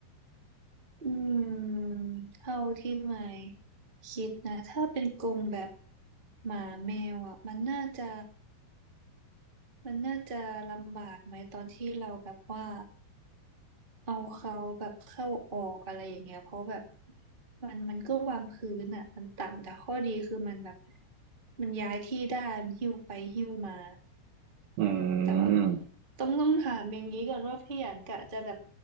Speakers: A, on the right (about 40°); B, on the right (about 65°).
A: อืมเท่าที่ไม่คิดนะถ้าเป็นกรงแบบหมาแมวอ่ะมันน่าจะมันน่าจะลำบากไหมตอนที่เราแบบว่าเอาเขาแบบเข้าออกอะไรอย่างเงี้ยเพราะแบบมันมันก็วางพื้นอ่ะมันต่ำแต่ข้อดีคือมันแบบมันย้ายที่ได้มันหิ้วไปหิ้วมา
B: อืม
A: แต่ว่าต้องต้องถามอย่างนี้ก่อนว่าพี่อยากกะจะแบบ